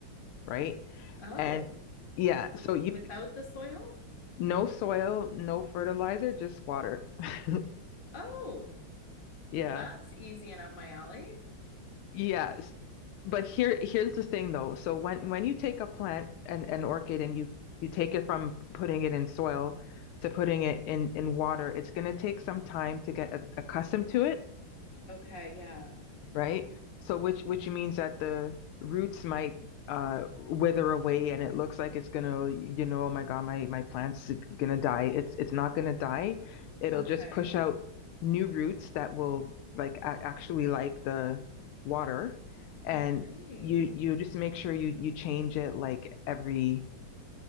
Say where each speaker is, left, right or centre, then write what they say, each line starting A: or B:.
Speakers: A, on the left; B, on the left.
A: right?
B: Oh,
A: And yeah,
B: with,
A: so you
B: without the soil?
A: no soil, no fertilizer, just water. <laughs>
B: Oh,
A: Yeah.
B: well, that's easy and up my alley.
A: Yes. But here here's the thing though. So when when you take a plant and an orchid and you you take it from putting it in soil to putting it in in water, it's going to take some time to get a- accustomed to it.
B: Okay, yeah.
A: right? So which which means that the roots might uh wither away and it looks like it's gonna, you know, oh my God, my my plant's gonna die. It's it's not gonna die. It'll
B: Okay.
A: just push out new roots that will like a actually like the water and
B: Okay.
A: you you just make sure you you change it like every